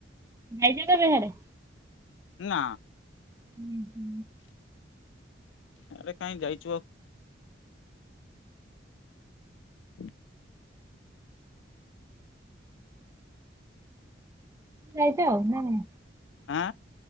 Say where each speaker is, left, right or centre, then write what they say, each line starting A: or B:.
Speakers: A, on the right; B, on the left.
A: ଯାଇଛ କେବେ ହିଆଡେ?
B: ନା।
A: ଉଁ ହୁଁ।
B: ଆରେ କାଇଁ ଯାଇଛୁ ଆଉ। <inaudible>
A: ଯାଇଛ ନା କଣ?
B: ଆଁ।